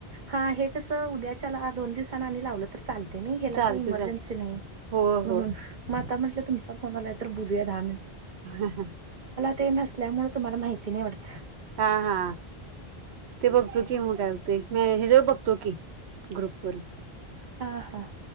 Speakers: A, on the right; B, on the right.
A: हा हे कसं उद्याच्या दोन दिवसांना आ लावलं तर चालते नाही हला
B: चालतंय
A: काही इमर्जन्सी
B: चालतंय
A: नाही
B: होय
A: म्हणून
B: होय
A: मग आता म्हटलं तुमचा तर बुया धा
B: ह
A: ते नसल्यामुळे तुम्हाला माहिती नाहीवडत
B: हा हा ते बघतो कि मु काा ते म हिजळ बघतो की ग्रुपवर
A: हा हा